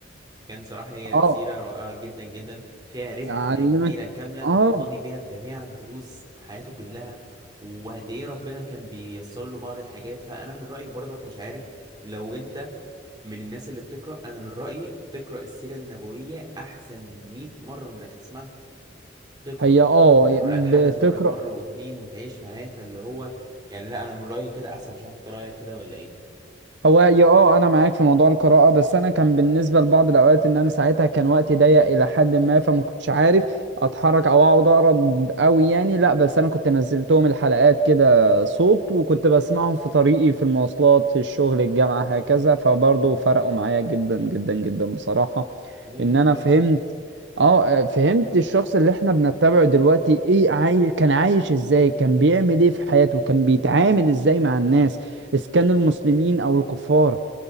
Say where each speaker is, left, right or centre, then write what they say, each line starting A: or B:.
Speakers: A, on the right; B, on the right.
A: فكان صراحة هي
B: اه
A: سيرة رائعة جدا جدا فيها رحلة
B: يعلمك
A: كبيرة كاملة تقتضي
B: اه
A: بيها بجميع دروس حياته كلها وقد ايه ربنا كان بييسر له بعض الحاجات فانا من رأيي برضك مش عارف لو انت من الناس اللي بتقرأ انا من رأيي تقرأ السيرة النبوية احسن 100 مرة من انك تسمعها تقرأ
B: هي اه
A: وتقرأ
B: بتقرأ
A: الحدث بدل مرة واتنين وتعيش معاه فاللي هو يعني لا أنا من رأيي كده أحسن مش عارف أنت رأيك كده ولا إيه
B: هو يا اه انا معاك في موضوع القراءة بس انا كان بالنسبة لبعض الاوقات ان انا ساعتها كان وقتي ضيق الى حد ما فما كنتش عارف اتحرك او اقعد اقرا قوي يعني لا بس انا كنت نزلتهم الحلقات كده صوت وكنت بسمعهم في طريقي في المواصلات في الشغل الجامعة هكذا فبرضه فرقوا معايا جدا جدا جدا بصراحة
A: ودي حاجة
B: ان انا
A: كويسة
B: فهمت اه آه، فهمت الشخص اللي احنا بنتبعه دلوقتي ايه عاي... كان عايش ازاي كان بيعمل ايه في حياته كان بيتعامل ازاي مع الناس اذا كانوا المسلمين او الكفار